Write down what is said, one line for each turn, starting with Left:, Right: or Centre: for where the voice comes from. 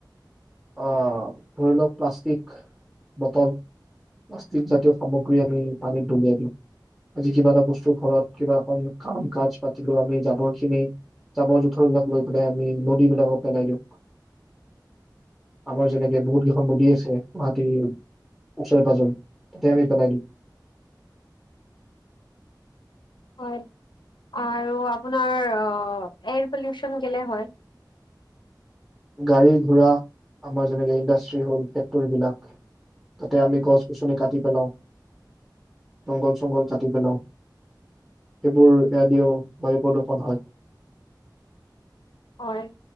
Centre: আহ ধৰি লওক প্লাষ্টিক বটল অস্তিক জাতীয় সামগ্ৰী আমি পানীত দলিয়াই দিওঁ, আজি কিবা এটা বস্তু ঘৰত কিবা এ কাম কাজ পাতিলও আমি জাবৰ খিনি জাবৰ জোথৰ বিলাক লৈ পেলাই আমি নদী বিলাকক পেলাই দিওঁ। আমাৰ যেনে ইয়াত বহুত কেইখন নদী আছে মাটিৰ ওচৰে পাজৰে তেতিয়া আমি পেলাই দিওঁ
Left: হয়, আৰু আপোনাৰ আ এয়াৰ পলিউচন কেলে হয়?
Centre: গাড়ী ঘোঁৰা, আমাৰ যেনেকে ইণ্ডাষ্ট্ৰি হল ফেক্টৰী বিলাক তাতে আমি গছ গছনি কাটি পেলাও, জংঘল চংঘল কাটি পেলাও, সেইবোৰেদিও বায়ু প্ৰদূ্ষন হয়।
Left: হয়,